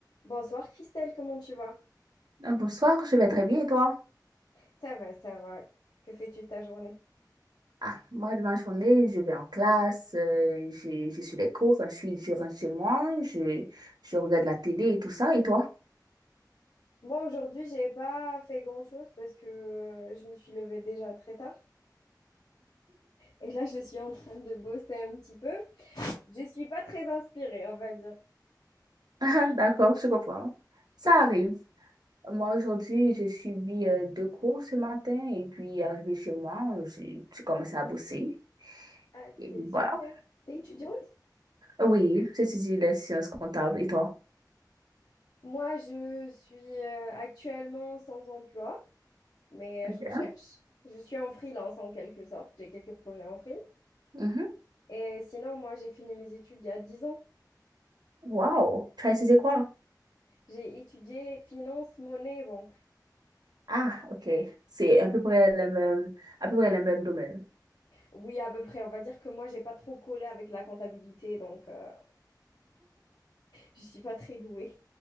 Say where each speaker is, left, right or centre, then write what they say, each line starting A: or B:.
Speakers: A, on the left; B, on the right.
A: Bonsoir Christelle, comment tu vas?
B: Euh, Bonsoir, je vais très bien et toi?
A: Ça va, ça va. Que fais-tu de ta journée?
B: Ah, moi, de ma journée, je vais en classe, euh, je, je suis les cours, je suis, je rentre chez moi, je, je regarde la télé et tout ça. Et toi? <laughs>
A: Moi aujourd'hui, j'ai pas fait grand-chose parce que euh, je me suis levée déjà très tard. Et là, je suis en train de bosser un petit peu. Je suis pas très inspirée, on va dire.
B: Ah, D'accord, je comprends. Ça arrive. Moi, aujourd'hui, j'ai suivi euh, deux cours ce matin et puis, arrivé chez moi, j'ai j'ai commencé à bosser.
A: Ah,
B: Et
A: c'est
B: puis,
A: super.
B: voilà.
A: T'es étudiante?
B: Oui, j'ai étudié les sciences comptables. Et toi?
A: Moi, je suis euh, actuellement sans emploi, mais
B: Ok.
A: euh, je cherche. Je suis en freelance en quelque sorte. J'ai quelques projets en free.
B: Mhm.
A: Et sinon, moi, j'ai fini mes études il y a 10 ans.
B: Wow. Tu as étudié quoi?
A: J'ai étudié finance, monnaie, banque.
B: Ah, ok. C'est à peu près le même, à peu près le même domaine.
A: Oui, à peu près. On va dire que moi, j'ai pas trop collé avec la comptabilité, donc euh, je suis pas très douée.